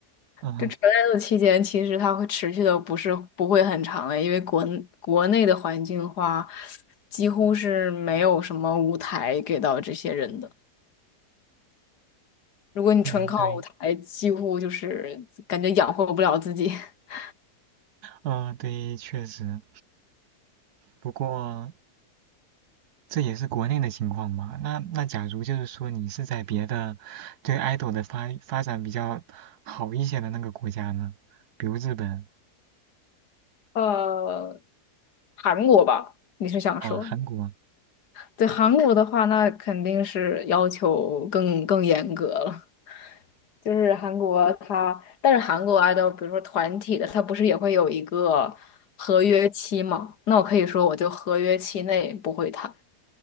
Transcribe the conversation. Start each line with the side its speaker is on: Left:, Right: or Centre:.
Right: 嗯
Left: 这存在的期间，其实它会持续的不是不会很长的，因为国国内的环境的话，几乎是没有什么舞台给到这些人的。如果你纯靠舞台，
Right: 嗯，对。
Left: 几乎就是感觉养活不了自己。<laughs>
Right: 嗯，对，确实。不过这也是国内的情况嘛。那那假如就是说你是在别的对 idol 的发发展比较好一些的那个国家呢，比如日本
Left: 呃，韩国吧，你是想说？
Right: 啊、韩国
Left: 对，韩国的话，那肯定是要求更更严格了。就是韩国他，但是韩国 idol，比如说团体的，他不是也会有一个合约期吗？那我可以说，我就合约期内不会谈。